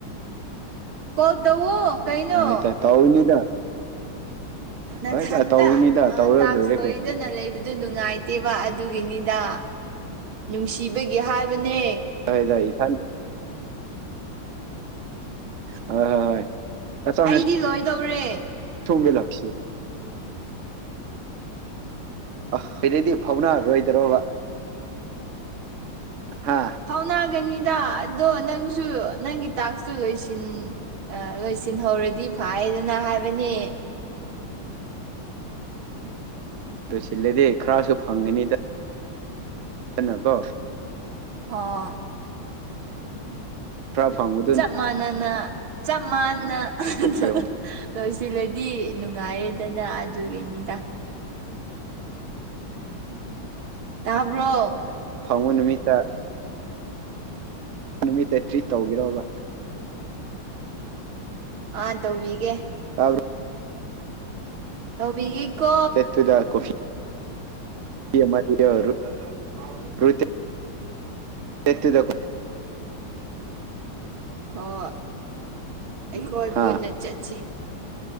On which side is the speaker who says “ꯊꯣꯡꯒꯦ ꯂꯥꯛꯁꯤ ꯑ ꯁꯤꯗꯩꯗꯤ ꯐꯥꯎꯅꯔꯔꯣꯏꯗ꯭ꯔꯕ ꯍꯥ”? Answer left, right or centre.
Right